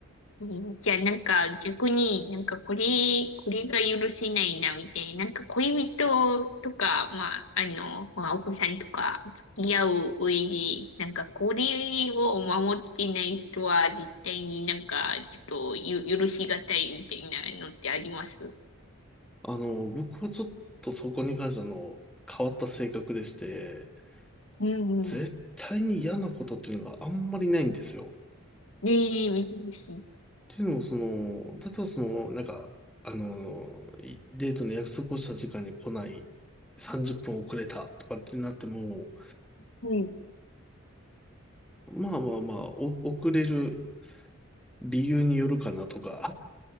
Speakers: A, on the left; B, in the centre.
A: えーじゃあなんか逆になんかこれ、これが許せないなみたいな、なんか恋人とか、まあ、あの、まあ、お子さんとか付き合う上で、なんかこれを守ってない人は絶対になんかちょっとゆ許しがたいみたいなのってあります
B: あの、僕はちょっとそこに関してあの、変わった性格でして、
A: うんうん。
B: 絶対に嫌なことっていうのがあんまりないんですよ。っ
A: ねえ、珍しい。
B: ていうのも、その、例えばその、なんか、あの、いデートの約束をした時間に来ない、30分遅れたとかってなっても、
A: はい。
B: まあまあまあ、お遅れる理由によるかなとか、